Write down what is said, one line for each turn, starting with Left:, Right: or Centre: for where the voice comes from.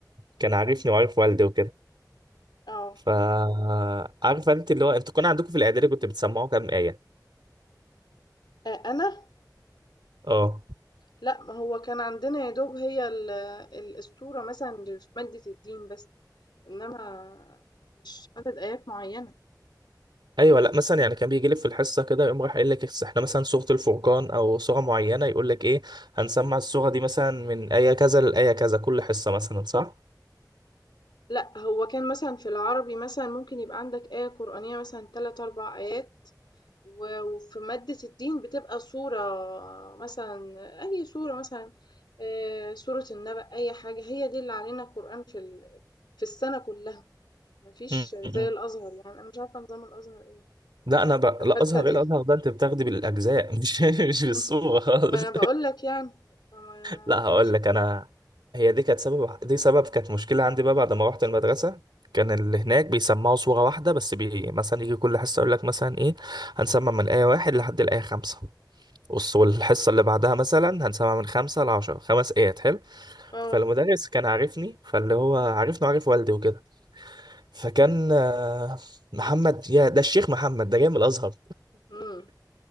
Right: كان عارفني وعارف والدي وكده
Left: آه.
Right: فعارفه انت اللي هو انتوا كان عندكم في الاعدادي كنت بتسمعوا كام ايه
Left: أ أنا؟
Right: اه
Left: لأ، ما هو كان عندنا يا دوب هي ال ال الصورة مثلًا اللي في مادة الدين بس، إنما مش عدد آيات معيّنة.
Right: ايوه لا مثلا يعني كان بيجي لك في الحصه كده يقوم راح قايل لك احنا مثلا سوره الفرقان او سوره معينه يقول لك ايه هنسمع السوره دي مثلا من ايه كذا لايه كذا كل حصه مثلا صح
Left: لأ، هو كان مثلًا في العربي مثلًا ممكن يبقى عندك آية قرآنية مثلًا 3، 4 آيات، و وفي مادة الدين بتبقى صورة مثلًا أي صورة مثلًا آآ، سورة النبأ، أي حاجة، هي دي اللي علينا قرآن في ال في السنة كلها، ما فيش
Right: م-
Left: زي
Right: م-
Left: الأزهر يعني، أنا مش عارفة نظام الأزهر إيه
Right: لا انا ب... لا
Left: في الحتّة
Right: ازهر
Left: دي.
Right: ايه الازهر ده انت بتاخدي بالاجزاء <laughs> مش مش بالصوره
Left: <laughs>
Right: خالص
Left: ما أنا باقول لك يعني، فما
Right: لا هقول
Left: كانش
Right: لك
Left: في
Right: انا
Left: كده.
Right: هي دي كانت سبب دي سبب كانت مشكله عندي بقى بعد ما رحت المدرسه كان اللي هناك بيسمعوا صوره واحده بس بي مثلا يجي كل حصه يقول لك مثلا ايه هنسمع من ايه واحد لحد الايه خمسه والص- والحصه اللي بعدها مثلا هنسمع من خمسه لعشره خمس ايات حلو
Left: آه،
Right: فالمدرس كان عارفني فاللي هو عارفني وعارف والدي وكده فكان آه، محمد يا ده الشيخ محمد ده جاي من الازهر
Left: إمم،